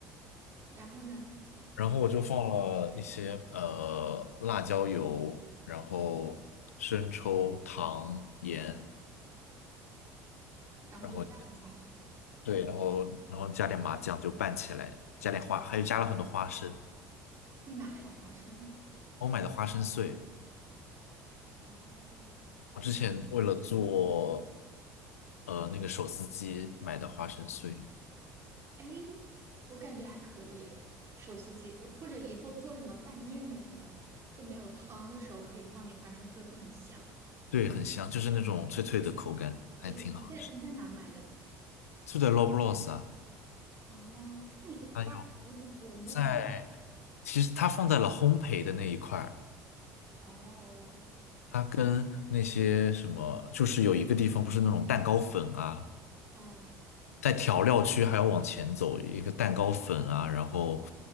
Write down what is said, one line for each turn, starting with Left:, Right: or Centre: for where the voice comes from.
Right: 然后呢？
Left: <laughs> 然后我就放了一些呃辣椒油，然后生抽、糖、盐。
Right: 然后就拌一下是吧？
Left: 然后对，然后然后加点麻酱就拌起来，加点花，还有加了很多花生，
Right: 你哪来的花生啊？
Left: 我买的花生碎，
Right: 哦。
Left: 我之前为了做呃那个手撕鸡买的花生碎，
Right: 哎，我感觉还可以诶，手撕鸡，或者以后做什么拌面的时候，就没有汤的时候，可以放点花生碎，会很香。
Left: 对，很香，就是那种脆脆的口感，还挺好吃。
Right: 对，你在你在哪买的？
Left: 就在 Loblaws 啊，
Right: 哦，在那一块儿，
Left: 它有
Right: 我我没有印象。
Left: 在，其实它放在了烘焙的那一块儿
Right: 哦，
Left: 它跟那些什么，就是有一个地方不是那种蛋糕粉啊。
Right: 啊，
Left: 在调料区还要往前走，一个蛋糕粉啊，然后